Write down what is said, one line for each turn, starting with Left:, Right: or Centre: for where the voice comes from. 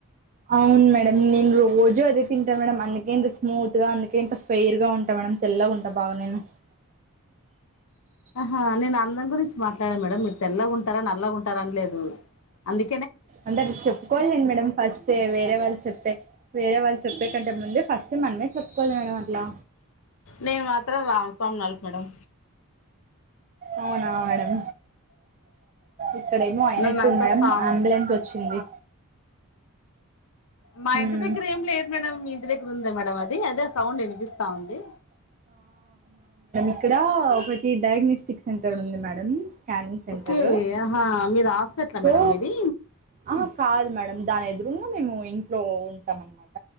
Right: అవును మేడమ్ నెన్ రోజు అదే తిన్ మాసం అందుకే ఇంత స్మూత్ గా అందుకే ఇంత ఫెయిర్ గా ఉంటా మేడం తెల్లగుంట బాగా నేను <unintelligible>
Left: ఆహా నేను అందం గురించి మాట్లాడాను మేడం మీరు తెల్లగా ఉంటారా నల్లగా ఉంటారా అనిలేదు అందు
Right: అందరిది చెప్పుకోవాలెండి మేడం ఫస్టే వేరే వాళ్ళు చెప్పే వేరే వాళ్ళు చెప్పే కంటే ముందే ఫస్ట్ మనమే చెప్పుకోల్ల మేడం అట్లా
Left: నేను మాత్రం రామస్వామి నాళ్కు మేడం
Right: అవునా మేడం ఇక్కడేమో అయినట్టుంద్
Left: నన్ను అంత
Right: మేడం
Left: సామ్
Right: అంబులెన్స్ వచ్చింది.
Left: మా
Right: ఉమ్
Left: ఇంటి దగ్గర ఏం లేదు మేడం మీ ఇంటి దగ్గరుందా మేడం అది అదే ఆ సౌండ్ వినిపిస్తా ఉంది.
Right: ఇక్కడా ఒకటి డయాగ్నోస్టిక్ సెంటర్ ఉంది మేడమ్స్ స్కానింగ్ సెంటర్
Left: ఓకే ఆహా మీరు హాస్పిటల్
Right: సో
Left: మేడం మీది
Right: అహ కాదు మేడం దాని ఎదురుంగ మేము ఇంట్లో ఉంటాం అన్నమాట.